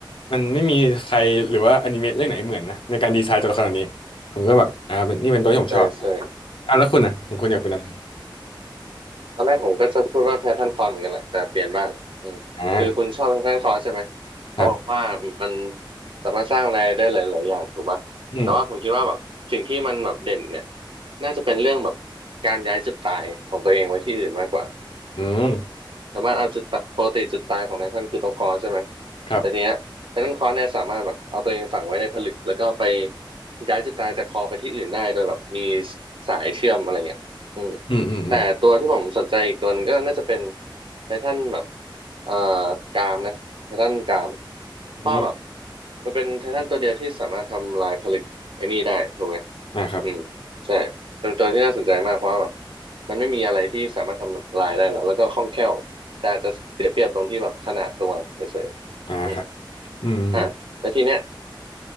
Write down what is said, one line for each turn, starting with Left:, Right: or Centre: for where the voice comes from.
Left: มันไม่มีใครหรือว่าอนิเมะเรื่องไหนเหมือนนะในการดีไซน์ตัวละครแบบนี้ผมก็แบบอ่าเป็นนี่เป็นตัวที่ผมชอบ
Right: ใช่ใช่
Left: อ่ะแล้วคุณนะของคุณอยากเป็นอะไร
Right: ตอนแรกผมก็จะพูดว่าแพทเทิร์นคอร์เหมือนกันแหละแต่เปลี่ยนบ้างอืมคือคุณชอบแพทเทิร์นคอร์ใช่ไหม
Left: อ่า
Right: เพราะว่ามัน
Left: ครับ
Right: สามารถสร้างอะไรได้หลายๆอย่างถูกป่ะแต่ว่าผมคิดว่าแบบสิ่งที่มันแบบเด่นเนี่ย
Left: อืม
Right: น่าจะเป็นเรื่องแบบการย้ายจุดตายของตัวเองไว้ที่อื่นมากกว่า
Left: อืม
Right: สามารถเอาจุดตะปกติจุดตายของไททันคือตรงคอใช่ไหม
Left: ครับ
Right: แต่ทีเนี้ยไททันคอเนี่ยสามารถแบบเอาตัวเองฝังไว้ในผลึกแล้วก็ไปย้ายจุดตายจากคอไปที่อื่นได้โดยแบบมีสายเชื่อมอะไรเงี้ยอืม
Left: อืมอืมอืม
Right: แต่ตัวที่ผมสนใจอีกตัวหนึงก็น่าจะเป็นไททันแบบเอ่อกรามนะไททันกรามเพราะแบบ
Left: อืม
Right: มันเป็นไททันตัวเดียวที่สามารถทำลายผลึกไอ้นี่ได้ถูกไหม
Left: อ่าครับ
Right: อืมใช่เป็นตัวที่น่าสนใจมากเพราะว่าแบบมันไม่มีอะไรที่สามารถทำลายได้หรอกแล้วก็คล่องแคล่ว แต่อาจจะเสียเปรียบตรงที่แบบขนาดตัวเฉยๆอืม
Left: อ่าครับอืมอืมอืม
Right: อ่ะแล้วทีเนี้ย